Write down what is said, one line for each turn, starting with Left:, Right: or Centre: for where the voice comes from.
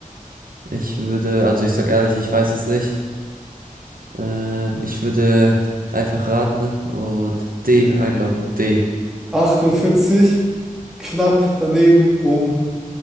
Right: Ich würde, also ich sag ehrlich, ich weiß es nicht. Ähm, ich würde einfach raten und D einloggen. D.
Centre: 48, knapp daneben, um